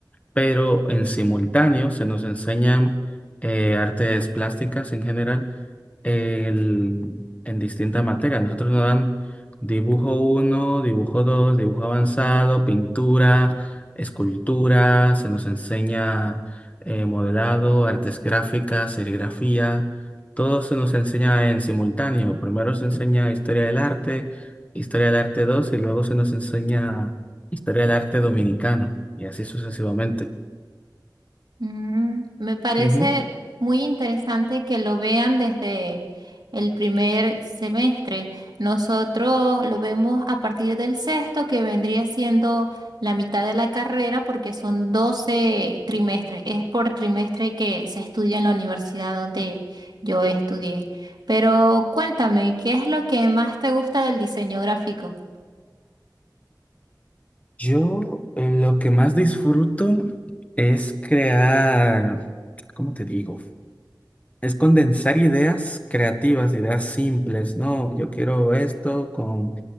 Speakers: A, on the left; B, on the right.
A: pero en simultáneo se nos enseñan eh, artes plásticas en general el- en distintas materias. Nosotros nos dan dibujo uno dibujo dos dibujo avanzado, pintura, escultura, se nos enseña eh, modelado, artes gráficas, serigrafía. Todo se nos enseña en simultáneo. Primero se enseña historia del arte, historia del arte 2 y luego se nos enseña Historia del arte dominicano y así sucesivamente.
B: Mm, me parece
A: Ujú.
B: muy interesante que lo vean desde el primer semestre. Nosotros lo vemos a partir del sexto, que vendría siendo la mitad de la carrera, porque son 12 trimestres. Es por trimestre que se estudia en la universidad donde yo estudié. Pero cuéntame, ¿qué es lo que más te gusta del diseño gráfico?
A: Yo eh, lo que más disfruto es crear, ¿cómo te digo? Es condensar ideas creativas, ideas simples, ¿no? Yo quiero esto con